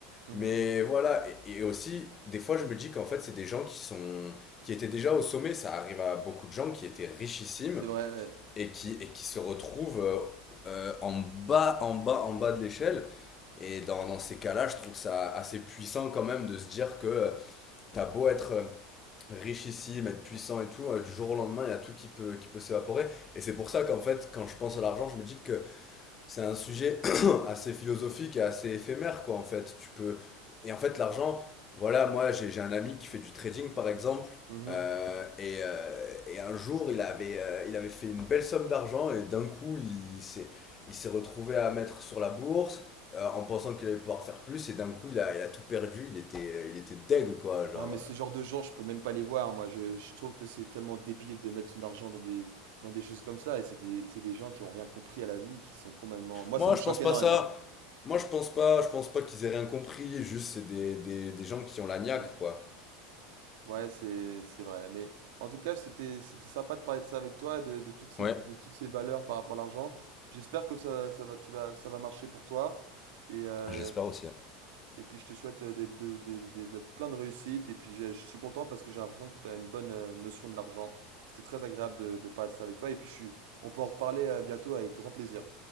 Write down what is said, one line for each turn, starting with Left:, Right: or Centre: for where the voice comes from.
Right: Mhm.
Left: Mais voilà, et, et aussi, des fois, je me dis qu'en fait, c'est des gens qui sont, qui étaient déjà au sommet. Ça arrive à beaucoup de gens qui étaient richissimes
Right: C'est vrai, ouais.
Left: et qui, et qui se retrouvent euh, euh, en bas, en bas, en bas de l'échelle. Et dans, dans ces cas-là, je trouve ça assez puissant quand même de se dire que euh, t'as beau être euh, richissime, être puissant et tout, euh, du jour au lendemain, il y a tout qui peut, qui peut s'évaporer. Et c'est pour ça qu'en fait, quand je pense à l'argent, je me dis que c'est un sujet <clears throat> assez philosophique et assez éphémère, quoi, en fait. Tu peux... Et en fait, l'argent, voilà, moi, j'ai j'ai un ami qui fait du trading, par exemple,
Right: Mhm.
Left: euh, et, euh, et un jour, il avait, euh, il avait fait une belle somme d'argent et d'un coup, il s'est, il s'est retrouvé à mettre sur la bourse euh, en pensant qu'il allait pouvoir faire plus et d'un coup, il a, il a tout perdu, il était, il était deg, quoi, genre.
Right: Ah, mais ce
Left: euh.
Right: genre de gens, je peux même pas les voir, moi. Je, je trouve que c'est tellement débile de mettre son argent dans des, dans des choses comme ça. Et c'est des, c'est des gens qui ont rien compris à la vie, qui sont complètement... Moi,
Left: Moi,
Right: ça me
Left: je
Right: choque
Left: pense
Right: énormément.
Left: pas ça. Moi,
Right: Mm,
Left: je pense pas, je pense pas qu'ils aient rien compris, juste c'est des, des, des gens qui ont la niaque,
Right: Ouais,
Left: quoi.
Right: ouais, c'est, c'est vrai. Mais en tout cas, c'était, c'était sympa de parler de ça avec toi, de, de toutes ces,
Left: Ouais,
Right: de toutes ces valeurs par rapport à l'argent. J'espère que ça, ça va, tu vas, ça va marcher pour toi. Et, euh,
Left: j'espère aussi.
Right: Et puis je te souhaite euh, des- de- de- de- de- plein de réussite. Et puis j'ai- je suis content parce que j'ai l'impression que tu as une bonne euh, notion de l'argent. C'était très agréable de, de parler de ça avec toi. Et puis je suis, on peut en reparler euh, bientôt avec grand plaisir.